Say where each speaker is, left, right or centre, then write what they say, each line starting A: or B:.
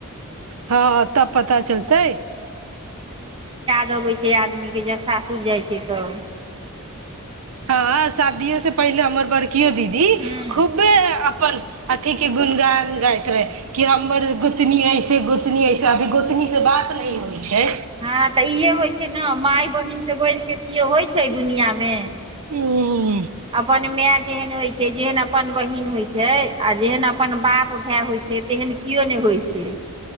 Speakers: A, on the right; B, on the right.
A: हँ तब पता चलतैै
B: दबै छै आदमीके जब सासुर जाइ छै तब
A: हँ शादियो से पहिले अमर बड़ कियो दीदी
B: हूँ
A: खूबे अ अपन अथी के गुनगान गइत रहे कि हमर गोतनी ऐसे गोतनी ऐसे अभी गोतनी से बात नइ होइ छै
B: हँ तऽ इहे होइ छै न माय बहिन से बढ़ के केओ होइ छै दुनिया मे
A: उ
B: अपन माय जेहन होइ छै जेहन अपन बहिन होइ छै आ जेहन अपन बाप भाय होइ छै तेहन केओ नइ होइ छै